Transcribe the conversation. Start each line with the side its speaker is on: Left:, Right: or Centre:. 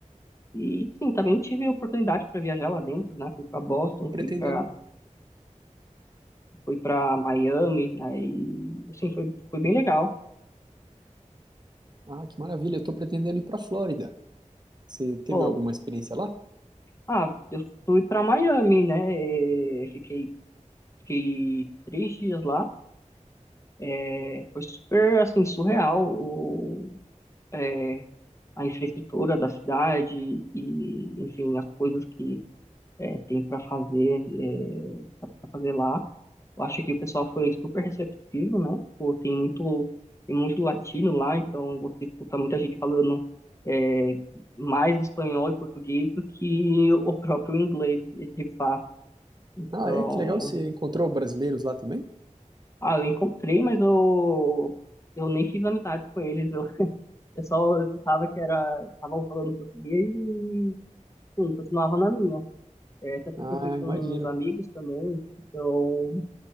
Left: E sim, também tive oportunidade para viajar lá dentro, né? Fui para Boston,
Right: pretendendo.
Left: fui para fui para Miami, aí assim foi foi bem legal.
Right: Ah, que maravilha. Eu tô pretendendo ir para Flórida. Você teve
Left: Pô,
Right: alguma experiência lá?
Left: ah, eu fui para Miami, né? eh, Fiquei fiquei três dias lá. eh, Foi super assim surreal o, é, a infraestrutura da cidade e enfim as coisas que eh, tem para fazer eh, para fazer lá. Eu acho que o pessoal foi super receptivo, né? Pô, tem muito, tem muito latino lá, então você escuta muita gente falando é, mais espanhol e português do que o próprio inglês, de de fato. Então,
Right: Ah, é? Que legal. Você encontrou brasileiros lá também?
Left: ah, eu encontrei, mas eu, eu nem fiz amizade com eles. Eu, eu só escutava que era, estavam falando português e, sim, continuava na minha. É, até porque
Right: Ah,
Left: eu fui com
Right: imagino.
Left: uns amigos também, então,